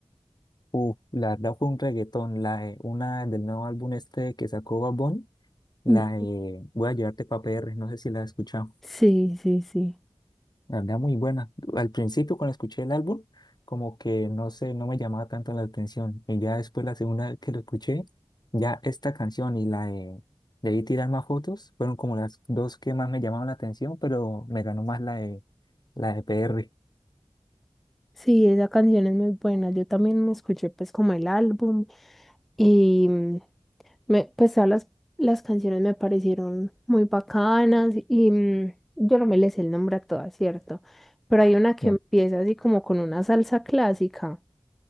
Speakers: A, on the left; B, in the centre.
A: Uf, la verdad fue un reggaetón, la de- una del nuevo álbum este que sacó Bad Bunny, la
B: Mm,
A: de Voy a llevarte pa' PR, no sé si la has escuchado.
B: Sí, sí, sí.
A: La verdad, muy buena. Al principio, cuando escuché el álbum, como que no sé, no me llamaba tanto la atención. Y ya después, la segunda vez que lo escuché, ya esta canción y la de Debí tirar más fotos fueron como las dos que más me llamaban la atención, pero me ganó más la de, la de PR.
B: Sí, esa canción es muy buena. Yo también me escuché pues como el álbum y mm, me, pues todas las, las canciones me parecieron muy bacanas y mm, yo no me les sé el nombre a todas, ¿cierto? Pero hay una que
A: Sí.
B: empieza así como con una salsa clásica